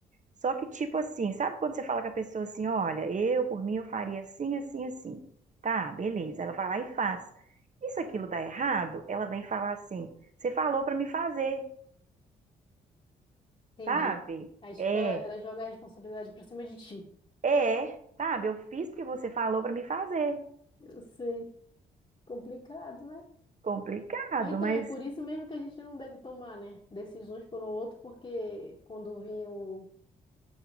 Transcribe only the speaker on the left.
Entendi.
Aí, tipo,
ela, ela joga a responsabilidade pra cima de ti.
Eu sei. Complicado, né?
Ah, Então,
é por isso mesmo que a gente não deve tomar, né? Decisões por um outro, porque quando vinha o,